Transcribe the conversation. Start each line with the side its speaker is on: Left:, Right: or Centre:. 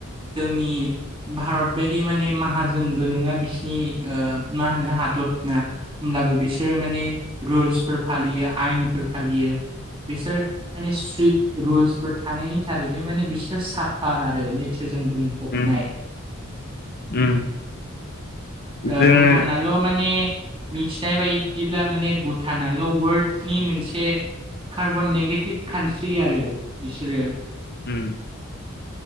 Right: जोंनि भारत बायदि माने माहाजोन बो नङा बिसिनि मा होनो हादरना होमब्लाबो बिसोरो माने रुल्सफोर फालियो आयनफोर फालियो बिसोर माने स्ट्रिक रुल्सफोर थानायनि थारैनो माने बिस्रा साफा आरो नेचारजों बुं फबनाय
Left: उम उम
Right: ओ
Left: जोङो
Right: भुटानआ ल' माने मिथिनाय बायदिब्ला माने भुटानल' वर्ल्डनि मोनसे कार्बन नेगेटिभ कान्ट्रि आरो बिसोरो।
Left: उम